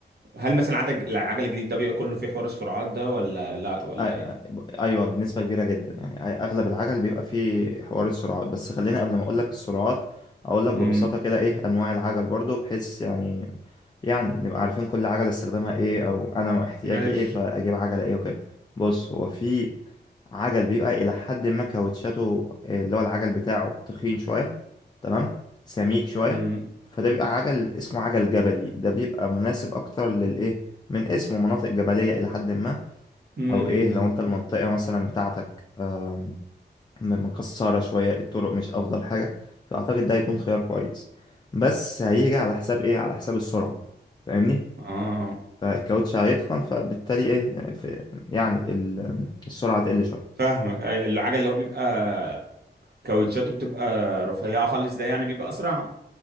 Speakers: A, on the right; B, on the left.
A: هل مثلا عدد العجله الجديد ده بيبقى كله في حوار السرعات ده ولا لا ولا
B: أي-
A: ايه
B: ايوه بنسبه كبيره جدا يعني أي- اغلب العجل بيبقى فيه حوار السرعات بس خلينا قبل ما اقول لك السرعات اقول لك ببساطه
A: امم
B: كده ايه انواع العجل برضو بحيث يعني يعني نبقى عارفين كل عجله استخدامها ايه او انا احتياجي
A: ماشي
B: ايه فاجيب عجله ايه وكده بص هو في عجل بيبقى الى حد ما كاوتشاته آه، اللي هو العجل بتاعه تخين شويه تمام سميك شويه
A: امم
B: فده بيبقى عجل اسمه عجل جبلي ده بيبقى مناسب اكتر للايه من اسمه مناطق جبليه الى حد ما
A: امم
B: او ايه لو انت المنطقة مثلا بتاعتك أم، مكسرة شوية الطرق مش افضل حاجة فاعتقد ده هيكون خيار كويس بس هيجي على حساب ايه على حساب السرعة فاهمني
A: اه
B: فالكاوتش هيتخن فبالتالي ايه في يعني ال- السرعة تقل شوية
A: فاهمك اي العجل اللي هو بيبقى كاوتشاته بتبقى رفيعه خالص ده يعني بيبقى اسرع